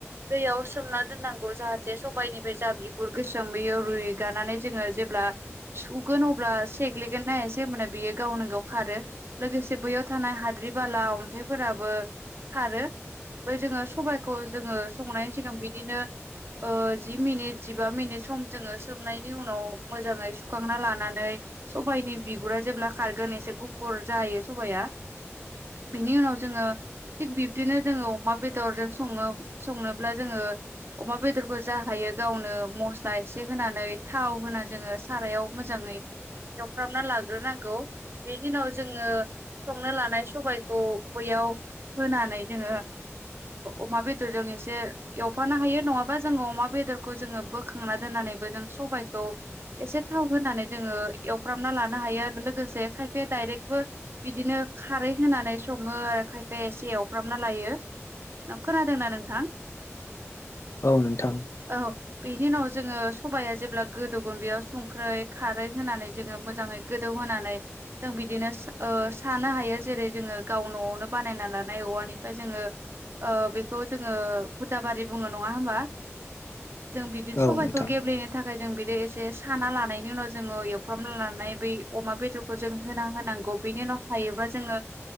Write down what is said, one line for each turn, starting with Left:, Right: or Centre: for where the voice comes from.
Right: दैयाव सोमना दोननांगौ जाहाथे सबायनि बे जाब्लि गुर गोसोम बेयो रुइगानानै जोङो जेब्ला सुगोन अब्ला सेग्लिगोननासे होनबाना बियो गावनो गाव खारो लोगोसे बैयाव थानाय हाद्रि बाला अन्थाइफोराबो खारो ओमफ्राय जोङो सबायखौ जोङो संनायनि सिगां बिदिनो जि मिनिट जिबा मिनिट सम जोङो सोबनायनि उनाव मोजाङै सुखांना लानानै सबाइनि बिगुर जेब्ला खारगोन एसे गुफुर जायो सबाया बिनि उनाव जोङो थिग बिबदिनो जोङो अमा बेदरजों सङो संनोब्ला जोङो अमा बेदरखो जा हायो गावनो मस्ला एसे होनानै थाव होना जोङो सारायाव मोजाङै एवफ्रामना लाग्रोनांगौ बेनि उनाव जोङो संनो लानाय सबायखौ बययाव होनानै जोङो अमा बेदरजों एसे एवफानो हायो नङाबा जोङो अमा बेदरखौ जोङो बोखांना दोननानैबो जों सबायखौ एसे थाव होनानै जोङो एवफ्रामना लानो हायो हायो लोगोसे खायपा आ दायर्रबो बिदिनो खारै होनानै सयो खायफा आ एसे ए एफ्रामना लायो खोनादोंना नोंथां?
Left: औ नोंथां।
Right: औ बेनि उनाव जोङो सबाया जेब्ला गोदौगोन बेयाव संख्रै खारै होनानै जोङो मोजां गोदौ होनानै जों बिदिनो सानो हायो जेरै जोङो गाव न'आवनो बानायना लानो औवानिफ्राय जोङो बेखौ जोङो खुदा बारि बुङो नङा होमबा? जों बिदिनो सबायखौ
Left: औ नोंथां
Right: गेब्लेनो थाखाय जों बिदि बि एसे साना लानायनि उनाव जोङो एवफ्राम लानाय बै अमा बेदरखौ जों होना होनांगौ बेनि उनाव हायोबा जोङो